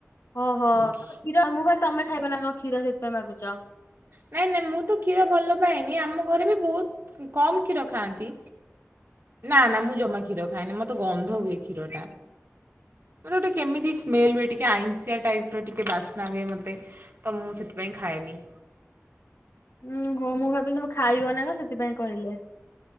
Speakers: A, on the left; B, on the right.
A: ଓହୋ
B: ଘି-
A: କ୍ଷୀର ମୁଁ ଭାବିଲି ତମେ ଖାଇବ ନା କଣ କ୍ଷୀର ସେଇଥିପାଇଁ ମାଗୁଚ।
B: ନାଇଁ ଲ ମୁଁ ତ କ୍ଷୀର ଭଲ ପାଏନି ଆମ ଘରେ ବି ବହୁତ କମ୍ କ୍ଷୀର ଖାଆନ୍ତି, ନା ନା ମୁଁ ଜମା କ୍ଷୀର ଖାଏନି। ମତ ତ ଗନ୍ଧ ହୁଏ କ୍ଷୀରଟା। ମତେ ଗୋଟେ କେମିତି ସ୍ମେଲ ହୁଏ ଟିକେ ଆଇଁସିଆ ଟାଇପ ର ଟିକେ ବାସ୍ନା ହୁଏ ମତେ। ତ ମୁଁ ସେଥିପାଇଁ ଖାଏନି।
A: ଉୁଁ ହଉ ମୁଁ ଭାବିଲି ତମେ ଖାଇବ ନା କ ସେଥିପାଇଁ କହିଲେ।